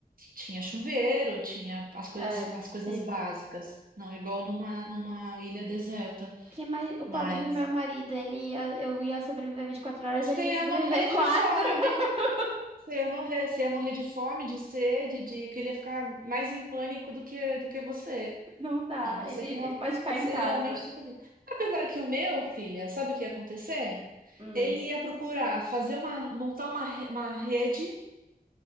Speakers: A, on the right; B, on the right.
A: tinha chuveiro, tinha as coisas,
B: É,
A: as coisas
B: sim.
A: básicas. Não igual numa, numa ilha deserta.
B: Que mais... O pobre
A: Mas
B: do meu marido, ele ia... eu ia sobreviver 24 horas,
A: você
B: ele ia
A: ia
B: sobreviver
A: morrer
B: quatro
A: de fome.
B: <laughs>
A: Você ia morrer, você ia morrer de fome, de sede, de que ele ia ficar mais em pânico do que, do que você.
B: Não dá,
A: Não, você,
B: ele,
A: real,
B: ele pode ficar
A: você
B: em casa.
A: realmente não podia. Apesar que o meu, filha, sabe o que ia acontecer?
B: Hum.
A: Ele ia procurar fazer uma, montar uma, re- uma rede